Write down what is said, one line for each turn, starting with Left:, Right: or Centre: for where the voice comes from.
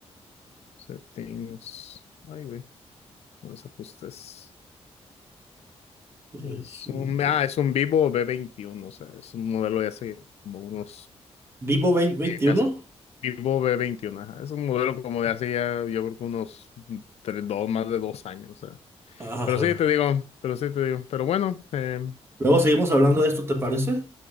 Left: settings, ay, güey, no los ajustes.
Right: Tres,
Left: Es
Right: uno.
Left: un, ah, es un Vivo b veintiuno o sea, es un modelo de hace como unos
Right: Vivo 20, 21.
Left: Casi. Vivo B21, ajá. Es un modelo como de hace ya, yo creo que unos tres, dos, más de dos años. o sea.
Right: Ajá.
Left: Pero sí te digo, pero sí te digo. Pero bueno, eh,
Right: Luego seguimos hablando de esto, ¿te parece?